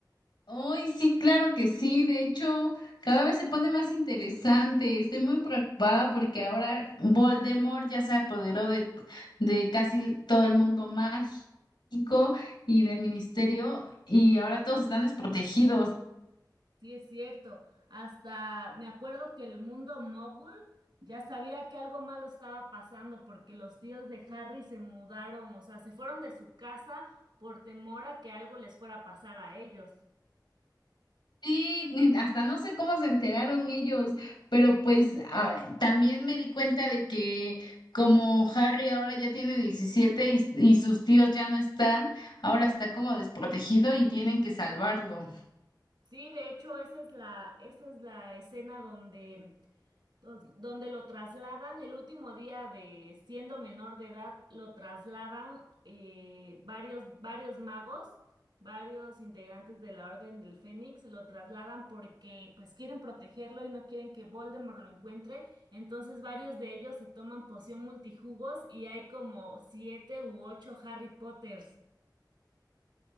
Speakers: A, on the left; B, on the right.
A: Hoy sí, claro que sí. De hecho, cada vez se pone más interesante. Estoy muy preocupada porque ahora Voldemort ya se apoderó de, de casi todo el mundo mágico y del ministerio y ahora todos están desprotegidos.
B: Sí, es cierto. Hasta me acuerdo que el mundo mogul ya sabía que algo malo estaba pasando porque los tíos de Harry se mudaron, o sea, se fueron de su casa por temor a que algo les fuera a pasar a ellos.
A: Sí, hasta no sé cómo se enteraron ellos, pero pues ah, también me di cuenta de que como Harry ahora ya tiene 17 y, y sus tíos ya no están, ahora está como desprotegido y tienen que salvarlo.
B: Sí, de hecho, esa es la, esa es la escena donde, dos- donde lo trasladan el último día de siendo menor de edad, lo trasladan eh, varios, varios magos, varios integrantes de la Orden del Fénix, lo trasladan porque pues quieren protegerlo y no quieren que Voldemort lo encuentre. Entonces varios de ellos se toman poción multijugos y hay como siete u ocho Harry Potters.